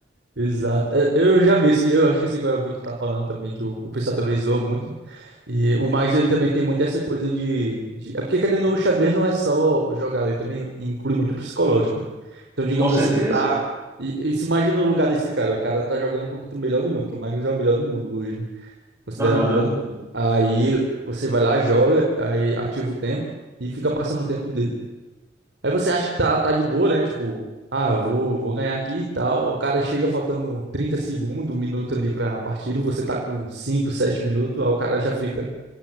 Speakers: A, on the right; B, on the right.
A: Exato. É, Eu já vi esse, eu acho que esse qual é o vídeo tá falando também, que o, o pessoal também zoa muito. E o Magnus, ele também tem muito essa coisa de, de- É porque, querendo ou não, o xadrez não é só jogar ele também inclui muito o psicológico, né? Então, digamos
B: Com certeza.
A: assim, tu tá... E, e se imagina no lugar desse cara, o cara tá jogando contra o melhor do mundo, que o Magnus é o melhor do mundo hoje, né? Considerado
B: Uhum.
A: o melhor do mundo. Aí, você vai lá, joga, aí ativa o tempo e fica passando o tempo dele. Aí você acha que tá, tá de boa, né? Tipo, ah, eu vou, vou ganhar aqui e tal. O cara chega faltando 30 segundos, um minuto ali pra partida, você tá com 5, 7 minutos, aí o cara já fica,